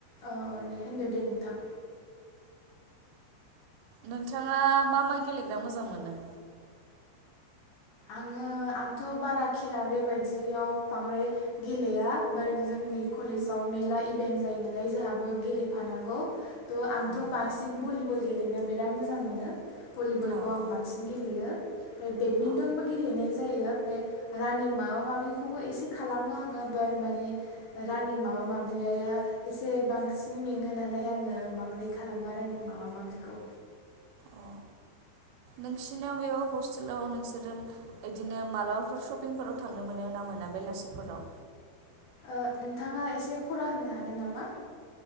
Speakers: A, on the left; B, on the right.
A: ओ ओ दे होनदो दे नोंथां।
B: नोंथाङा मा मा गेलेग्रा मोजां मोनो?
A: आङो आंथ' बारा खेला बेबायदियाव बांद्राय गेलेया बाट जोंनि कलेजाव मेल्ला इभेन्ट जायो नालाय जोहाबो गेलेफानांगौ। त' आंथ'
B: उम उम
A: बांसिन भलिबल गेलेनो बिराद मोजां मोनो। भलिबलखौ
B: औ
A: आं
B: औ
A: बांसिन गेलेयो। फ्राय बेदमिन
B: औ
A: टनबो गेलेनाय जायो ओमफ्राय रानिं माबा माबिखौबो एसे खालामो आङो बार माने रानिं माबा माबियाया एसे बांसिन मेङो नालाय आङो बांद्राय खालामा रानिं माबा माबिखौ
B: अ नोंसिनाव बेयाव हस्टेलाव नोंसोरो इदिनो मालाबाफोर सपिंफोराव थांनो मोनो ना मोना बेलासिफोराव?
A: ओ नोंथाङा इसे खरा होननो हागोन नामा?